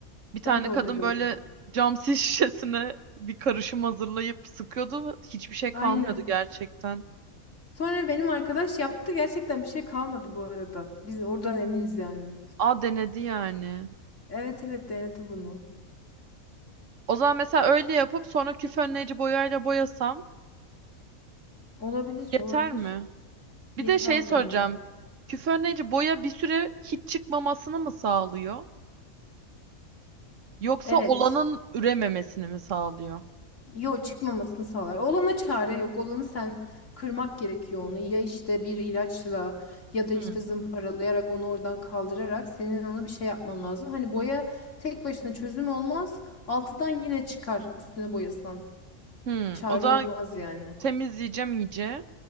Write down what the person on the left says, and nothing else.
Ben de orada
gördüm.
Aynen.
Sonra benim arkadaş yaptı. Gerçekten bir şey kalmadı bu arada. Biz oradan eminiz yani.
Evet evet denedi bunu.
Olabilir
olabilir.
Yeter
bence.
Evet.
Yo çıkmamasını sağlar. Olana çare yok. Olanı sen kırmak gerekiyor onu. Ya işte bir ilaçla ya da
işte zımparalayarak onu oradan kaldırarak senin ona bir şey yapman lazım. Hani boya tek başına çözüm olmaz. Altından yine çıkar üstüne boyasan.
Çare
olmaz yani.